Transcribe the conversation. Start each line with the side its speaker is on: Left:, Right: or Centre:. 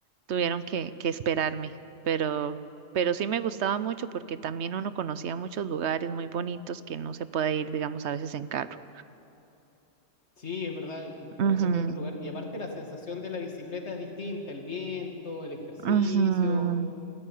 Right: tuvieron que, que esperarme. Pero, pero sí me gustaba mucho porque también uno conocía muchos lugares muy bonitos que no se puede ir, digamos, a veces en carro.
Left: Sí, es verdad, y conoces
Right: Ujú,
Left: otro lugar. Y aparte la sensación de la bicicleta es distinta, el viento, el ejercicio,
Right: ujú,